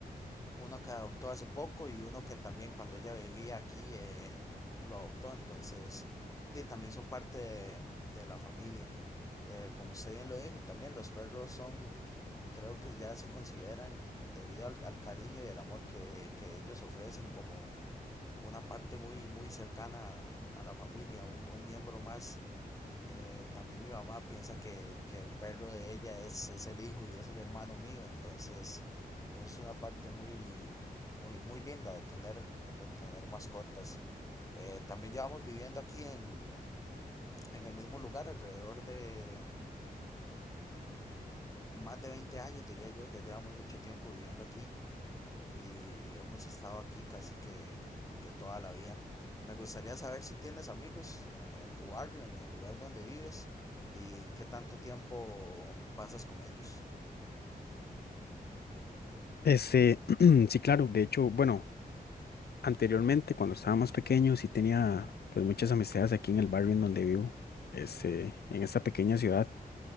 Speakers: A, on the left (about 20°); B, on the left (about 85°).
A: Uno que adoptó hace poco y uno que también cuando ella vivía aquí eh, lo adoptó, entonces de, también son parte de, de la familia. Eh, como usted bien lo dijo, también los perros son, creo que ya se consideran, debido al, al cariño y el amor que, que ellos ofrecen, como una parte muy, muy cercana a la familia, un, un miembro más. Eh, también mi mamá piensa que, que el perro de ella es, es el hijo y es el hermano mío, entonces eso es una parte muy, muy, muy linda de tener, de tener mascotas. Eh, también llevamos viviendo aquí en, en el mismo lugar alrededor de más de 20 años, diría yo, ya llevamos mucho tiempo viviendo aquí. y hemos estado aquí casi que, que toda la vida. Me gustaría saber si tienes amigos en, en tu barrio, en el lugar donde vives y qué tanto tiempo pasas con ellos.
B: Este, <clears throat> sí, claro, de hecho, bueno. Anteriormente, cuando estábamos pequeños, sí tenía pues muchas amistades aquí en el barrio en donde vivo, este, en esta pequeña ciudad.